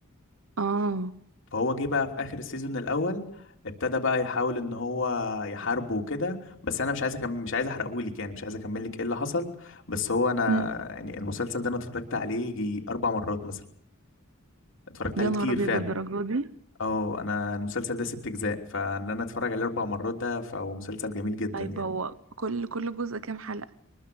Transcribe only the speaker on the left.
فهو جه بقى في اخر السيزون الاول ابتدى بقى يحاول ان هو يحاربه وكده بس انا مش عايز أكمل مش عايز احرقهولك يعني مش عايز اكمل لك ايه اللي حصل بس هو انا
يعني المسلسل ده انا اتفرجت عليه يجي اربع مرات مثلا اتفرجت عليه
كتير
فعلا
اه انا المسلسل ده ست اجزاء فان انا اتفرج عليه اربع مرات ده فهو مسلسل جميل جدا
يعني